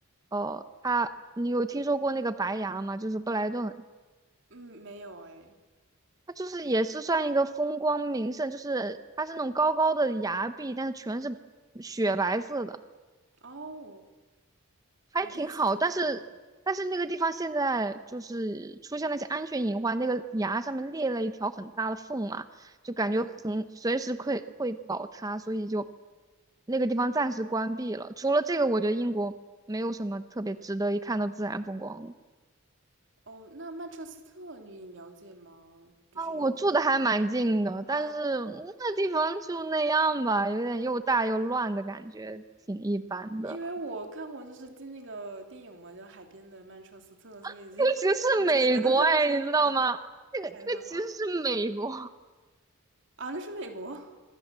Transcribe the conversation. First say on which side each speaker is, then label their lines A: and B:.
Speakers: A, on the right; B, on the right.
A: 哦，它你有听说过那个白牙吗？就是布莱顿。
B: 嗯，没有哎。
A: 它就是也是算一个风光名胜，就是它是那种高高的崖壁，但是全是雪白色的。
B: 哦，
A: 还挺好，
B: 我第一次听说。
A: 但是但是那个地方现在就是出现了一些安全隐患，那个崖上面裂了一条很大的缝嘛，就感觉很随时会会倒塌，
B: 嗯，
A: 所以就那个地方暂时关闭了。除了这个，我觉得英国没有什么特别值得一看的自然风光了。
B: 哦，那曼彻斯特你了解吗？就是英国的。
A: 啊，我住的还蛮近的，
B: 哦，
A: 但是嗯那地方就那样吧，有点又大又乱的感觉，挺一般的。
B: 因为我看过就是进那个电影嘛，
A: <laughs>
B: 叫《海边的曼彻斯特》，所以就
A: 尤其是美国，
B: <laughs> 我就觉得它不是一个海滩
A: 哎，你知道吗？那个那个其实是美国。
B: 海滩吗？啊，那是美国。